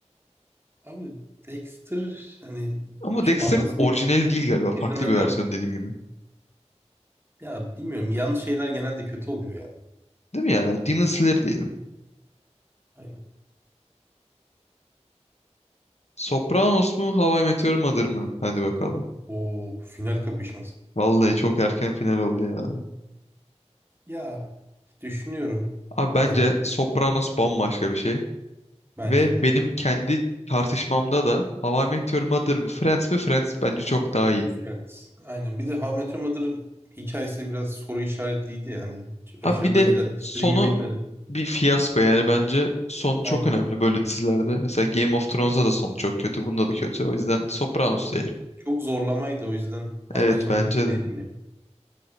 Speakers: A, on the right; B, on the left.
A: Abi Dexter hani
B: Ama
A: şimdi
B: Dexter'ın
A: anlatsını
B: orijinali değil galiba. Farklı
A: izlemeden
B: bir versiyon dediğim gibi.
A: ya bilmiyorum yan şeyler genelde kötü oluyor ya.
B: Değil mi ya? Demon Slayer diyelim.
A: Aynen.
B: Sopranos mu? How I Met Your Mother mı? Hadi bakalım.
A: O final kapışması.
B: Vallahi çok erken final oldu ya.
A: Ya düşünüyorum.
B: Abi bence
A: Yani
B: Sopranos bambaşka bir şey.
A: bence
B: Ve
A: de.
B: benim kendi tartışmamda da How I Met Your Mother mı? Friends mi? Friends bence çok daha iyi.
A: Friends. Aynen. Bir de How I Met Your Mother'ın hikayesi de biraz soru işaretliydi yani.
B: Abi
A: Aşırı
B: bir de
A: da güzel. İstediğim
B: sonu
A: gibi bitmedi.
B: bir fiyasko. Yani bence son çok
A: Aynen.
B: önemli böyle dizilerde. Mesela Game of Thrones'da da sonu çok kötü. Bunda da kötü. O yüzden Sopranos
A: Yani
B: diyelim.
A: Çok zorlamaydı o yüzden abi
B: Evet
A: açamadı
B: bence
A: dileyelim
B: de.
A: ya.